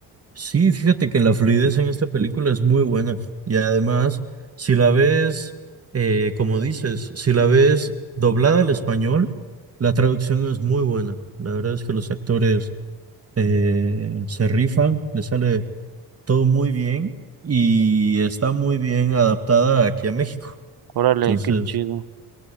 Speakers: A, on the right (about 35°); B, on the right (about 65°).
A: Sí, fíjate que la fluidez en esta película es muy buena. Y además, si la ves, eh, como dices, si la ves doblada al español, la traducción es muy buena. La verdad es que los actores eh, se rifan, le sale todo muy bien y está muy bien adaptada aquí a México.
B: Órale,
A: Entonces,
B: qué chido.